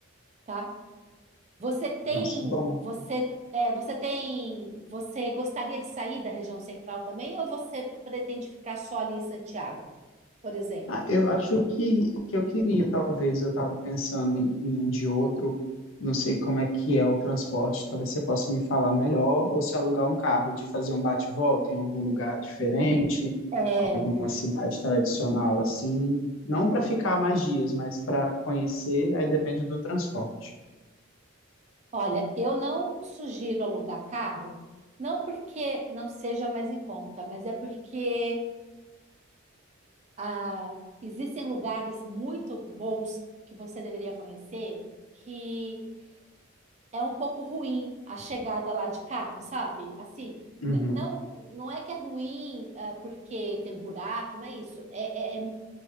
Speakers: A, on the right; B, on the left.
A: tá? Você tem,
B: Nossa, é bom.
A: você, é, você tem, você gostaria de sair da região central também ou você pretende ficar só ali em Santiago, por exemplo?
B: Ah, eu acho que, que eu queria, talvez, eu estava pensando em, em um de outro, não sei como é que é o transporte, talvez você possa me falar melhor, ou se alugar um carro, de fazer um bate-volta em algum lugar diferente,
A: É,
B: alguma cidade tradicional assim, não para ficar mais dias, mas para conhecer, aí depende do transporte.
A: Olha, eu não sugiro alugar carro, não porque não seja mais em conta, mas é porque ah, existem lugares muito bons que você deveria conhecer que é um pouco ruim a chegada lá de carro, sabe? Assim,
B: Uhum.
A: n- não, não é que é ruim ah, porque tem buraco, não é isso. É, é, é